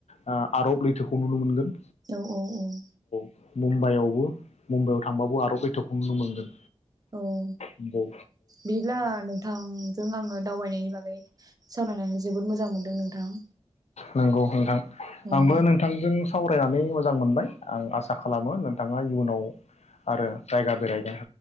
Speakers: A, on the left; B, on the right.
A: ओ आरब लैथोखौ नुनो मोनगोन
B: औ औ औ
A: मुम्बाइआवबो मुम्बाइआव थांबाबो आरब लैथोखौ नुनो मोनगोन
B: औ उम
A: नंगौ
B: बिदिब्ला नोंथांजों आङो दावबायनायनि बागै सावरायनानै जोबोद मोजां मोनदों नोंथां
A: नंगौ नोंथां
B: औ
A: आंबो नोंथांजों सावरायनानै मोजां मोनबाय आं आसा खालामो नोंथाङा इयुनाव आरो जायगा बेराय